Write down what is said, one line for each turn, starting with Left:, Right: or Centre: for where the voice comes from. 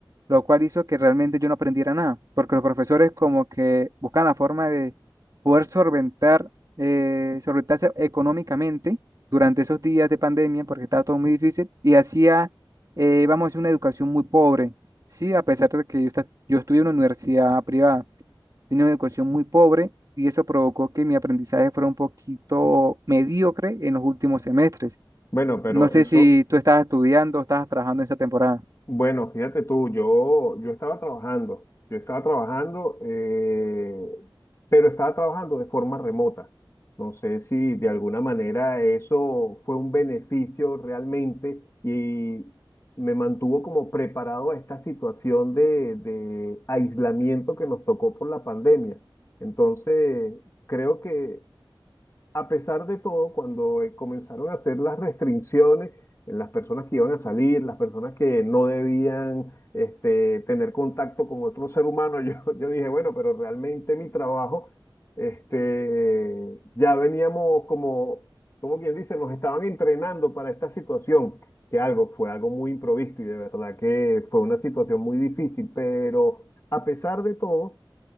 Right: lo cual hizo que realmente yo no aprendiera nada, porque los profesores como que buscan la forma de poder solventar, eh, solventarse económicamente durante esos días de pandemia, porque estaba todo muy difícil, y hacía, eh, vamos a decir, una educación muy pobre, sí, a pesar de que yo, esta- yo estudié en una universidad privada, tenía una educación muy pobre, y eso provocó que mi aprendizaje fuera un poquito mediocre en los últimos semestres.
Left: Bueno, pero
Right: No sé
Left: eso,
Right: si tú estabas estudiando o estabas trabajando en esa temporada.
Left: Bueno, fíjate tú, yo, yo estaba trabajando, yo estaba trabajando, eh, pero estaba trabajando de forma remota. No sé si de alguna manera eso fue un beneficio realmente y me mantuvo como preparado a esta situación de, de aislamiento que nos tocó por la pandemia. Entonces, creo que a pesar de todo, cuando eh, comenzaron a hacer las restricciones, eh, las personas que iban a salir, las personas que no debían este, tener contacto con otro ser humano, yo, <laughs> yo dije, bueno, pero realmente mi trabajo, este, ya veníamos como, como quien dice, nos estaban entrenando para esta situación, que algo fue algo muy improvisto y de verdad que fue una situación muy difícil, pero a pesar de todo